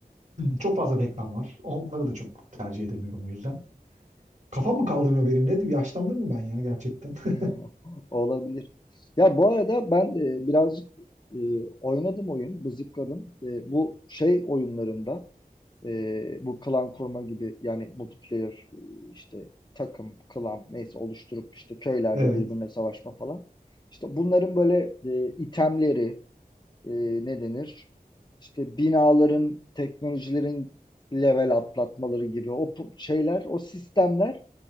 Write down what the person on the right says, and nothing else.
Çok fazla reklam var. Onları da çok tercih edemiyorum o yüzden. Kafam mı kaldırmıyor benim? Ne diyeyim? Yaşlandım mı ben ya gerçekten?
<laughs>
Evet.